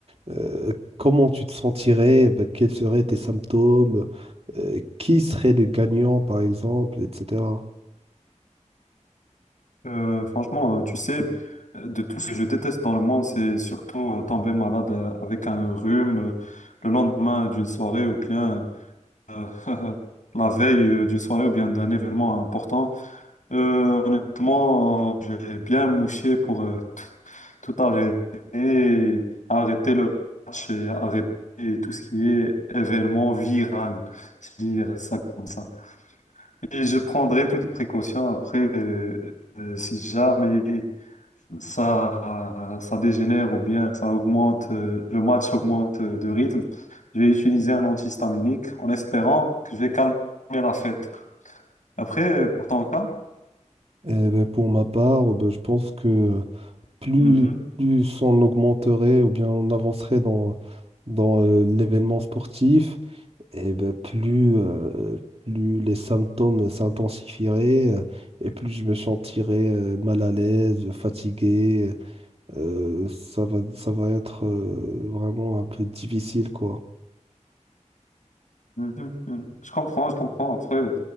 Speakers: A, on the right; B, on the left.
A: euh, comment tu te sentirais, bah, quels seraient tes symptômes, euh, qui serait le gagnant, par exemple, etc.
B: Euh, franchement, euh, tu sais, euh, de tout ce que je déteste dans le monde, c'est surtout euh, tomber malade euh, avec un rhume euh, le lendemain d'une soirée ou bien euh, <laughs> la veille euh, d'une soirée ou bien d'un événement important. Euh, honnêtement, euh, j'ai bien mouché pour euh, tout arrêter, arrêter le match et arrêter tout ce qui est événement viral, si je veux dire ça comme ça. Et je prendrai toutes les précautions après euh, euh, si jamais ça, ça dégénère ou bien ça augmente, euh, le match augmente euh, de rythme, je vais utiliser un antihistaminique en espérant que je vais calmer la fête. Après, euh, pour ton cas,
A: Eh ben, pour ma part, ben, je pense que plus,
B: mhm,
A: plus on augmenterait ou bien on avancerait dans, dans euh, l'événement sportif, et ben, plus, euh, plus les symptômes s'intensifieraient euh, et plus je me sentirais euh, mal à l'aise, fatigué. euh, ça va, ça va être euh, vraiment un peu difficile, quoi.
B: mhm, mhm. Je comprends, je comprends. Après,